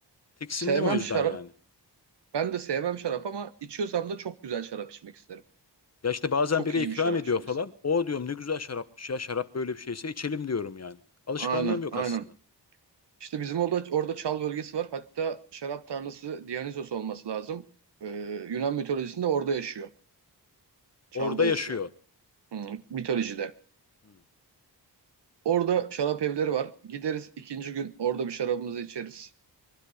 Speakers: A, on the left; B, on the right.
A: Tiksindim
B: sevmem
A: o yüzden
B: şarap.
A: yani.
B: Ben de sevmem şarap ama içiyorsam da çok güzel şarap içmek isterim.
A: Ya işte bazen
B: Çok
A: biri
B: iyi
A: ikram
B: bir şarap
A: ediyor
B: içmek
A: falan.
B: isterim.
A: O diyorum ne güzel şarapmış ya şarap böyle bir şeyse içelim diyorum yani. Alışkanlığım
B: Aynen.
A: yok
B: Aynen.
A: aslında.
B: İşte bizim orada orada çal bölgesi var. Hatta şarap tanrısı Dionysos olması lazım. Ee, Yunan mitolojisinde orada yaşıyor. Çal'da
A: Orada
B: yaşıyor.
A: yaşıyor.
B: Hmm, mitolojide.
A: Hmm.
B: Orada şarap evleri var. Gideriz ikinci gün orada bir şarabımızı içeriz.